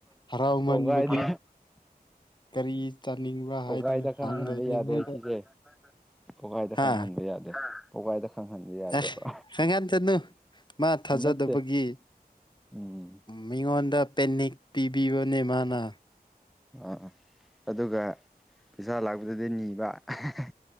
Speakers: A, on the left; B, in the centre.
A: ꯍꯔꯥꯎꯃꯟꯕꯒꯤ
B: ꯄꯧꯒꯥꯏꯗ
A: ꯀꯔꯤ꯫ ꯆꯥꯅꯤꯡꯕ
B: ꯄꯒꯥꯏꯗ
A: ꯍꯥꯏꯗꯣꯏꯅꯤ
B: ꯈꯪꯍꯟꯕ
A: ꯍꯥꯡꯗꯣꯏꯅꯤ
B: ꯌꯥꯗꯦ
A: ꯅꯣꯏꯗ
B: ꯁꯤꯁꯦ ꯄꯒꯥꯏꯗ ꯈꯪꯍꯟꯕ
A: ꯍꯥ
B: ꯌꯥꯗꯦ ꯄꯒꯥꯏꯗ ꯈꯪꯍꯟꯕ ꯌꯥꯗꯦꯕ꯫
A: ꯑꯦ ꯍꯪꯒꯥꯟ ꯆꯠꯅꯨ ꯃꯥ ꯊꯥꯖꯗꯕꯒꯤ
B: ꯅꯠꯇꯦ ꯎꯝ
A: ꯃꯤꯉꯣꯟꯗ ꯄꯦꯅꯤꯛ ꯄꯤꯕꯤꯕꯅꯦ ꯃꯥꯅ
B: ꯑꯥ ꯑꯗꯨꯒ ꯄꯩꯁꯥ ꯂꯥꯛꯄꯗꯨꯗꯤ ꯅꯤꯕ ꯑꯍ꯫